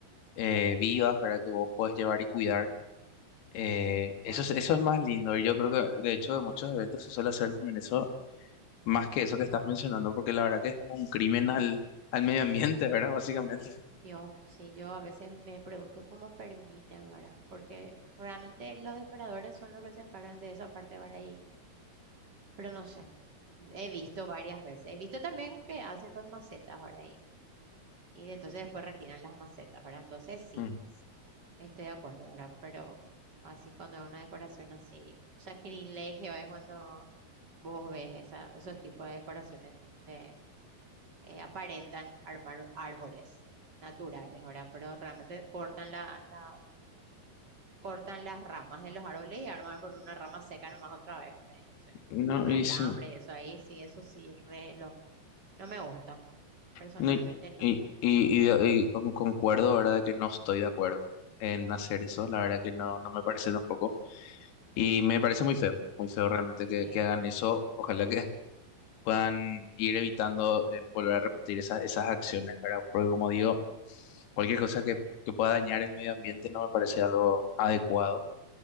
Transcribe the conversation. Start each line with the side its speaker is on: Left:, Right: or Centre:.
Left: eh, vivas, ¿verdad? Que vos puedes llevar y cuidar. Eh,
Right: sí, ya,
Left: eso, es- eso
Right: bueno,
Left: es más lindo. Y yo creo que, de hecho, de muchos eventos se suele hacer también eso, más que eso que estás mencionando, porque la verdad que es como un crimen al, al medio ambiente, ¿verdad? Básicamente.
Right: Dios, sí, yo a veces me pregunto cómo permiten, ¿verdad? Porque realmente los decoradores son los que se encargan de esa parte, ¿verdad? Y- pero no sé, he visto varias veces. He visto también que hacen con macetas, ¿verdad? Y, y entonces después retiran las macetas, ¿verdad? Entonces sí,
Left: Mm.
Right: estoy de acuerdo, ¿verdad? Pero así cuando es una decoración así, un sacrilegio es cuando vos ves esa, esos tipos de decoraciones donde eh, aparentan armar árboles naturales, ¿verdad? Pero realmente cortan la, la cortan las ramas de los árboles y arman por una rama seca nomás otra vez, ¿verdad? Entonces,
Left: No,
Right: con alambre
Left: y sí.
Right: y eso ahí, sí, eso sí, re lo, no me gusta, personalmente
Left: No, y,
Right: no.
Left: y, y, y- y con- concuerdo, ¿verdad? Que no estoy de acuerdo en hacer eso, la verdad que no, no me parece tampoco. Y me parece muy feo, muy feo realmente que,
Right: Sí,
Left: que hagan eso. Ojalá que <laughs> puedan ir evitando eh, volver a repetir esas, esas acciones, ¿verdad? Porque como digo, cualquier cosa que, que pueda dañar el medio ambiente no me parece algo adecuado.